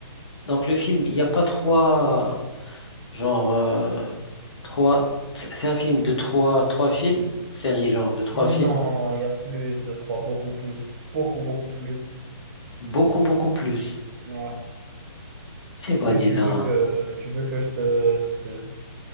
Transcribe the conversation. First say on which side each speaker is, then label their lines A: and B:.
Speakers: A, on the left; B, on the right.
A: Donc le film, il n'y a pas trois... Genre... euh, trois... C'est c'est un film de trois, trois films, série genre de trois
B: Non,
A: films.
B: non, il y a plus de trois, beaucoup plus, beaucoup, beaucoup plus.
A: Beaucoup, beaucoup plus.
B: Ouais.
A: Eh
B: Est-ce
A: ben
B: que
A: dis
B: tu
A: donc,
B: veux que tu veux que je te, te,